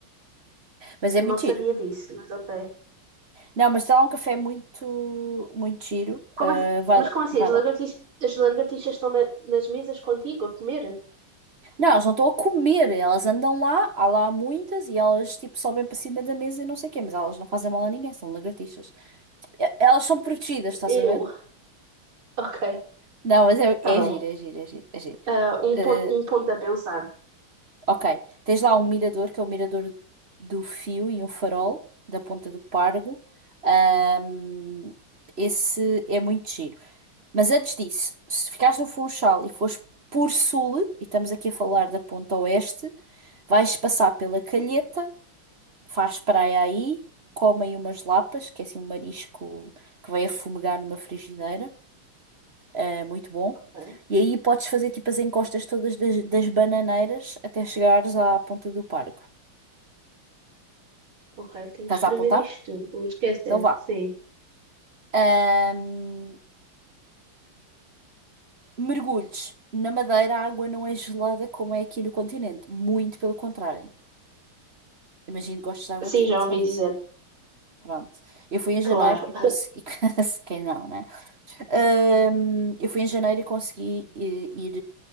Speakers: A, on the right; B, on the right.
A: Mas é
B: não
A: muito
B: sabia
A: giro.
B: disso, mas ok.
A: Não, mas tem lá um café muito, muito giro.
B: Como,
A: Eh,
B: assim-
A: vai,
B: mas
A: lá-
B: como assim?
A: vai
B: As
A: lá.
B: lagartixas, as lagartixas estão na- nas mesas contigo a comer?
A: Não, elas não estão a comer, elas andam lá, há lá muitas e elas tipo sobem para cima da mesa e não sei o quê, mas elas não fazem mal a ninguém, são lagartixas. E- eh, Elas são protegidas, estás
B: Eu.
A: a ver?
B: <laughs> Ok,
A: Não, mas é,
B: está
A: é
B: bem.
A: giro, é giro, é giro, é giro.
B: Ah, um
A: Eh,
B: ponto, um ponto a pensar.
A: ok, tens lá um mirador, que é o mirador do fio e um farol da Ponta do Pargo. Ahm, esse é muito giro. Mas antes disso, se ficares no Funchal e fores por sul, e estamos aqui a falar da ponta oeste, vais passar pela Calheta faz praia aí, comem umas lapas, que é assim um marisco que vai a fumegar numa frigideira, é muito bom.
B: Ok,
A: E aí podes fazer tipo as encostas todas das, das bananeiras até chegares à ponta do parque.
B: ok, tenho
A: Estás
B: que escrever
A: a apontar?
B: isto tudo, vou esquecer.
A: Então vá.
B: Sim.
A: Ahm, mergulhos. Na Madeira a água não é gelada como é aqui no continente, muito pelo contrário. Imagino que gostes de água
B: Sim,
A: quente,
B: já ouvi
A: certo?
B: dizer.
A: Pronto. Eu fui em janeiro
B: Claro.
A: e consegui. <laughs> Quem não, né? Ahm, eu fui em janeiro e consegui eh, ir,